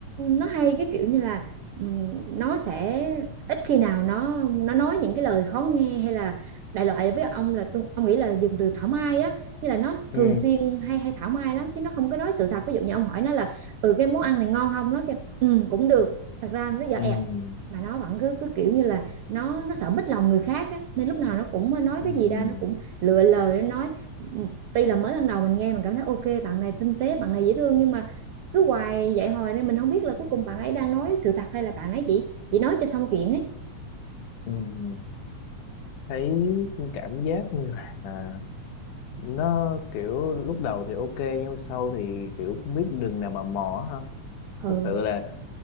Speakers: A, on the right; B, on the left.
A: nó hay cái kiểu như là ừm, nó sẽ ít khi nào nó nó nói những cái lời khó nghe hay là đại loại với ông là tôi ông nghĩ là dùng từ thảo mai á như là nó
B: ừ
A: thường xuyên hay hay thảo mai lắm chứ nó không có nói sự thật ví dụ như ông hỏi nó là ừ cái món ăn này ngon không nó kêu ừ cũng được thật ra nó dở
B: ừ
A: ẹt mà nó vẫn cứ cứ kiểu như là nó nó sợ bích lòng người khác á, nên lúc nào nó cũng nói
B: ừ
A: cái gì ra nó cũng lựa lời nó nói Ừ, tuy là mới lần đầu mình nghe mình cảm thấy ok bạn này tinh tế bạn này dễ thương nhưng mà cứ hoài vậy hồi nên mình không biết là cuối cùng bạn ấy đang nói sự thật hay là bạn ấy chỉ chỉ nói cho xong chuyện ấy
B: ừ thấy cảm giác như là à, nó kiểu lúc đầu thì ok nhưng mà sau thì kiểu không biết đường nào mà mò ha
A: ừ
B: thật sự là